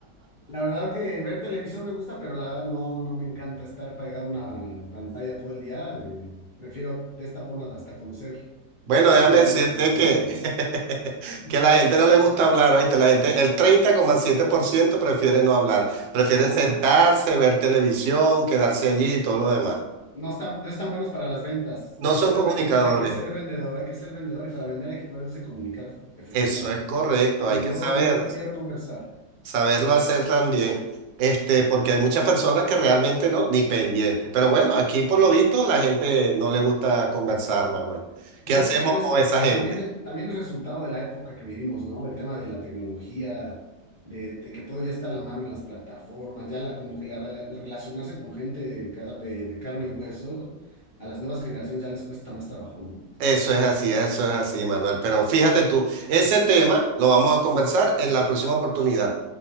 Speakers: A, on the left (about 80°); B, on the right (about 90°).
A: La verdad que ver televisión me gusta, pero la verdad no, no me encanta estar pegado a una pantalla todo el día. eh, prefiero de esta forma hasta conocer
B: Bueno, déjame
A: gente
B: decirte
A: de todo el
B: que,
A: mundo, ¿no?
B: <laughs>
A: <laughs>
B: que a la gente no le gusta hablar, ¿oíste? La gente, el treinta coma siete por ciento prefiere no hablar, prefieren
A: Ah,
B: sentarse, ver televisión, quedarse allí y todo lo demás.
A: no están, no están buenos para las ventas.
B: No
A: Hay
B: son
A: que ser
B: comunicadores.
A: vende, hay que ser vendedor, hay que ser vendedor y para vender hay que poderse comunicar efectivamente.
B: Eso es correcto,
A: Y
B: hay que
A: yo,
B: saber,
A: yo prefiero conversar.
B: saberlo hacer también. Este, porque hay muchas personas que realmente no, ni pendientes. Pero bueno, aquí por lo visto la gente no le gusta conversar, Manuel. ¿Qué
A: Yo creo
B: hacemos
A: que también es,
B: con esa gente?
A: también, también es resultado de la época que vivimos, ¿no? El tema de la tecnología, de, de que todo ya está a la mano en las plataformas, ya la, como que la, rela- el relacionarse con gente de, cada- de, de carne y hueso, a las nuevas generaciones ya les cuesta más trabajo, ¿no?
B: Eso es así, eso es así, Manuel. Pero fíjate tú, ese tema lo vamos a conversar en la próxima oportunidad.